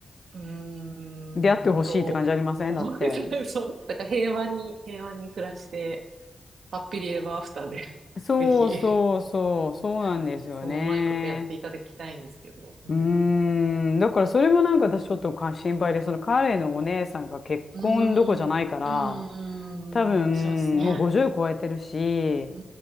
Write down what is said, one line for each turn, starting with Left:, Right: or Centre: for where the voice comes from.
Right: うーんと、
Left: 出会ってほしいって感じありませんだって。
Right: 思うんですよね。そう。だから平和に、平和に暮らして、ハッピリエバーアフターで
Left: そうそうそう、
Right: <laughs> ぜひ
Left: そうなんですよね。
Right: <laughs> そう、うまいことやっていただきたいんですけど。うん。
Left: うーん、だからそれもなんか私ちょっとか心配で、その彼のお姉さんが結婚どころじゃないから、
Right: うん。うーん。
Left: 多分もう50超えてるし、
Right: うーんそうですね。う